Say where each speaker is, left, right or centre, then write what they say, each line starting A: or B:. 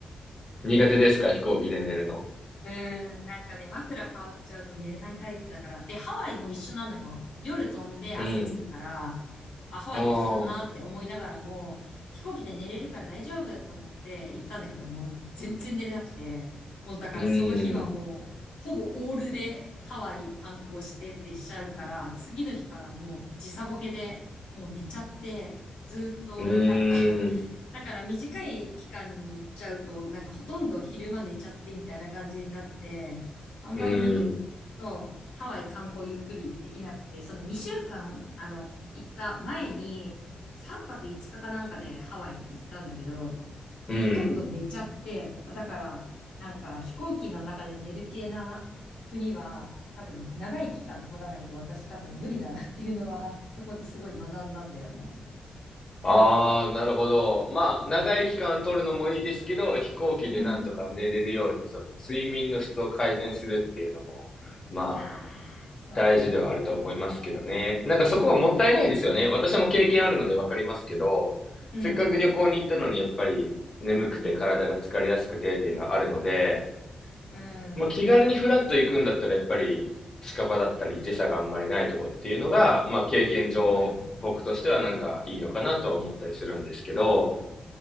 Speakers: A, on the left; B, on the left.
A: 苦手ですか、飛行機で寝るの。
B: うーん、なんかね、枕変わっちゃうと寝れないタイプだから。で、ハワイも一緒なのよ。夜飛んで朝着くから、
A: うん。
B: あ、ハワイと一緒だなって思いながらも、
A: ああ、
B: 飛行機で寝れるから大丈夫だと思って行ったんだけど、もう全然寝れなくて、もうだからその日はもう、
A: うん、
B: ほぼオールでハワイ観光してってしちゃうから、次の日からもう時差ボケで、もう寝ちゃって、ずーっとなんか
A: う
B: <laughs>
A: ん、
B: だから短い期間に行っちゃうと、なんかほとんど昼間寝ちゃってみたいな感じになって、あんまり、
A: うん、
B: そう、ハワイ観光ゆっくりできなくて、その2週間、あの、行った前に、3泊5日かかなんかでハワイに行ったんだけど、
A: うん。
B: もうほとんど寝ちゃって、だから、なんか飛行機の中で寝る系な国は、多分長い期間取らないと私多分無理だなっていうのは、そこですごい学んだんだよね。
A: ああ、なるほど。まあ、長い期間取るのもいいですけど、飛行機でなんとか寝れるように、
B: うん。
A: その睡眠の質を改善するっていうのも、まあ、
B: いやー、そうなんだよね。
A: 大事ではあると思いますけどね。なんかそこはもったいないですよね。
B: そうい、
A: 私も経験あるのでわかりますけど、
B: うん、
A: せっかく旅行に行ったのにやっぱり眠くて体が疲れやすくてっていうのはあるので、
B: うん、うん、
A: まあ、気軽にフラッと行くんだったらやっぱり近場だったり時差があんまりないとこっていうのが、まあ、経験上僕としてはなんかいいのかなとは思ったりするんですけど、
B: うん。